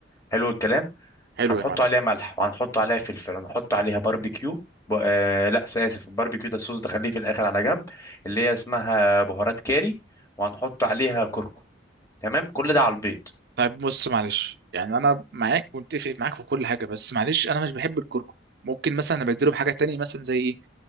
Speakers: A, on the left; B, on the right.
A: حلو الكلام
B: حلو
A: هنحط
B: يا معلم
A: عليها ملح وهنحط عليها فلفل هنحط عليها باربيكيو ب... آه لا اسف الباربيكيو ده الصوص ده خليه في الاخر على جنب اللي هي اسمها بهارات كاري وهنحط عليها كركم تمام كل ده على البيض
B: طيب بص معلش يعني انا معاك متفق معاك في كل حاجه بس معلش انا مش بحب الكركم ممكن مثلا ابدله بحاجه تانية مثلا زي ايه